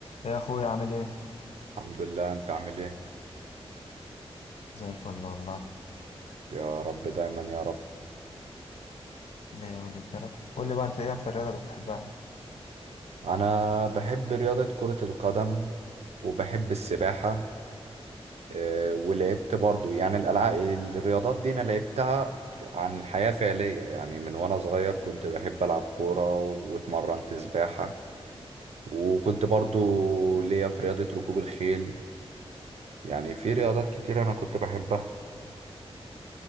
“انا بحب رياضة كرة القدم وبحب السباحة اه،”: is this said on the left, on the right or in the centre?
Right